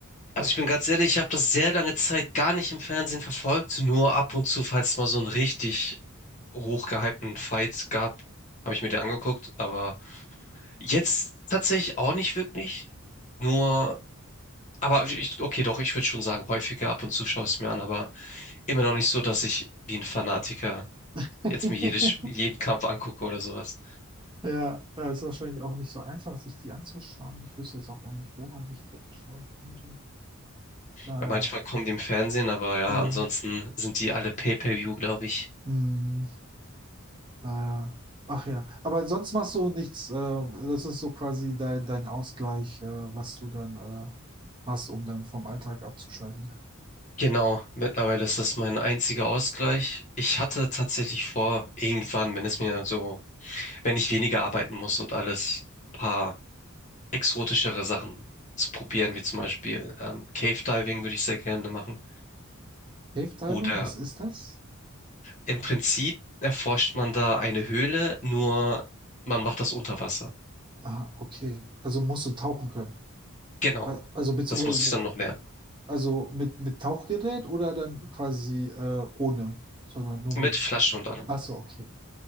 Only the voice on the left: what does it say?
Also ich bin ganz ehrlich, ich habe das sehr lange Zeit gar nicht im Fernsehen verfolgt, nur ab und zu, falls es mal so einen richtig hochgehypten Fight gab, habe ich mir den angeguckt, aber jetzt tatsächlich auch nicht wirklich. Nur, aber ich, okay, doch, ich würde schon sagen, häufiger ab und zu schaue ich es mir an, aber immer noch nicht so, dass ich wie ein Fanatiker
jetzt mir jedes, jeden Kampf angucke oder sowas.
Ja, manchmal kommen die im Fernsehen, aber ja,
ansonsten sind die alle Pay-per-view, glaube ich.
Genau, mittlerweile ist das mein einziger Ausgleich. Ich hatte tatsächlich vor, irgendwann, wenn es mir so, wenn ich weniger arbeiten muss und alles, ein paar exotischere Sachen zu probieren, wie zum Beispiel ähm, Cave Diving würde ich sehr gerne machen.
Oder
im Prinzip erforscht man da eine Höhle, nur man macht das unter Wasser.
Genau,
das muss
ich dann noch lernen.
Mit
Flasche und allem.